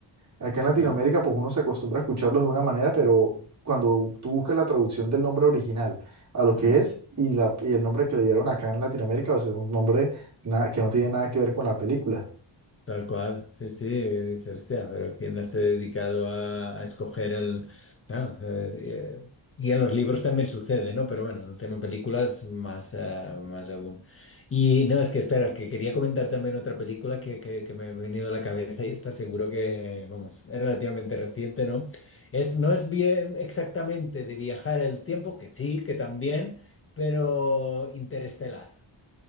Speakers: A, on the right; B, on the left.
A: acá en Latinoamérica,
B: mm,
A: pues uno se acostumbra a escucharlos de una manera, pero cuando tú buscas la traducción del nombre original a lo
B: ujú.
A: que es y, la, y el nombre que le dieron acá en Latinoamérica, o sea, un nombre nada, que no tiene nada que ver con la película.
B: Tal cual, sí, sí, eh, dice, hostia, pero ¿quién no se ha dedicado a, a escoger el...? Claro, eh, eh, y en los libros también sucede, ¿no? Pero bueno, el tema en películas más, ah, más aún. Y no, es que espera, que quería comentar también otra película que, que, que me ha venido a la cabeza y está seguro que, vamos, es relativamente reciente, ¿no? Es, no es bien exactamente de viajar el tiempo, que sí, que también, pero Interestelar.